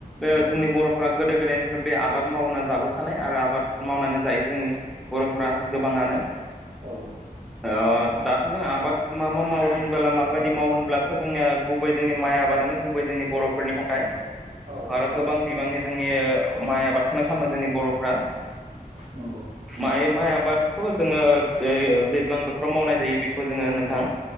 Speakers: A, in the centre; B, on the right (about 45°).
A: बे
B: औ
A: जोंनि बर'फोरा गोदो गोदायनिफ्राय बे आबाद मावना जाबोखानाय आरो आबाद मावनानै जायो जोंनि बर'फोरा गोबाङानो
B: औ
A: ओ दाथ' जों आबाद मा मा मावो होनबोला माबायदि मावो होनब्लाथ' जोंनिया गुबै जोंनि माइ आबाद दानो गुबै जोंनि बर'फोरनि थाखाय
B: औ
A: आरो
B: औ
A: गोबां बिबांनि जोंनि माइ आबाद खोनो खामो जोंनि बर'फ्रा
B: नंगौ
A: माइ माइ आबादखौ जोङो ओइ दैज्लां बोथोराव मावनाय जायो बेखौ जोङो नोंथां